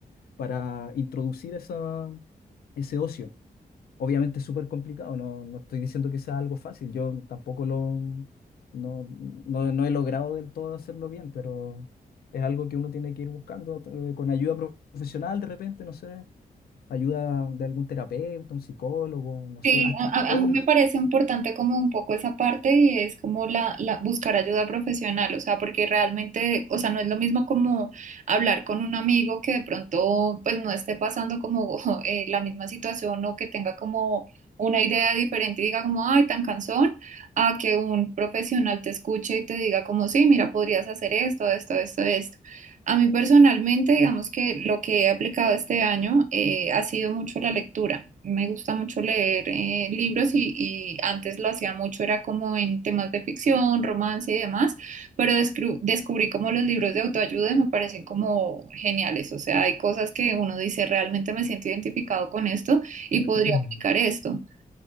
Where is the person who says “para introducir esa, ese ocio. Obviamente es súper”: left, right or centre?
Left